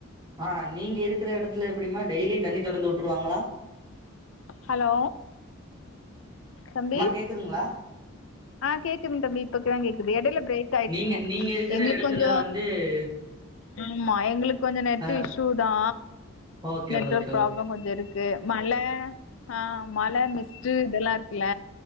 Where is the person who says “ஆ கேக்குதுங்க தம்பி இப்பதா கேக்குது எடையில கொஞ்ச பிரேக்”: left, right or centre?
Left